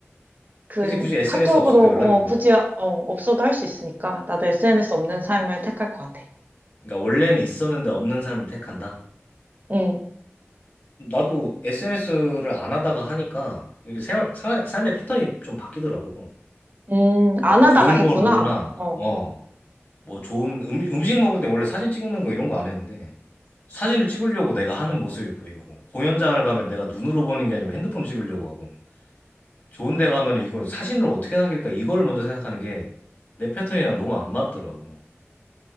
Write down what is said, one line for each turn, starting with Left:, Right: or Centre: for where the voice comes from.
Right: 그
Left: 그지 굳이 SNS
Right: 카톡으로
Left: 없어도 연락이
Right: 어,
Left: 되니까.
Right: 굳이 어, 없어도 할 수 있으니까 나도 SNS 없는 삶을 택할 것 같아.
Left: 그러니까 원래는 있었는데 없는 삶을 택한다.
Right: 응,
Left: 나도 SNS를 안 하다가 하니까 이게 생활, 사- 삶의 패턴이 좀 바뀌더라고.
Right: 음, 안
Left: 뭐
Right: 하다가
Left: 좋은
Right: 했구나.
Left: 걸 보거나,
Right: 어,
Left: 어, 뭐 좋은 음, 음식 먹을 때 원래 사진 찍는 거 이런 거 안 했는데 사진을 찍으려고 내가 하는 모습이 보이고 공연장을 가면 내가 눈으로 보는 게 아니고 핸드폰 찍으려고 하고 좋은 데 가면 이걸 사진을 어떻게 남길까 이걸 먼저 생각하는 게 내 패턴이랑 너무 안 맞더라고.